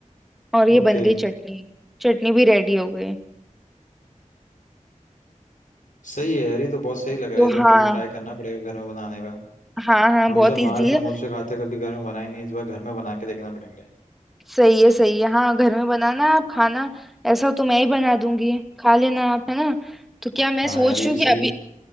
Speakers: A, in the centre; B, on the left.
A: और ये
B: ओके
A: बन गई चटनी चटनी भी रेडी हो गई
B: सही है यार ये तो बहुत सही लग रहा
A: तो
B: है ये तो
A: हाँ
B: कभी ट्राई करना पड़ेगा घर में बनाने का
A: हाँ हाँ
B: हमेशा
A: बहुत इजी
B: बाहर समोसे
A: है
B: खाते कभी घर में बनाए नहीं इस बार घर में बना के देखना पड़ेंगे
A: सही है सही है हाँ घर में बनाना आप खाना ऐसा तो मैं ही बना दूंगी खा लेना आप है ना तो क्या मैं
B: हाँ
A: सोच
B: यार ये
A: रही
B: भी
A: हूँ
B: सही
A: कि अभी
B: है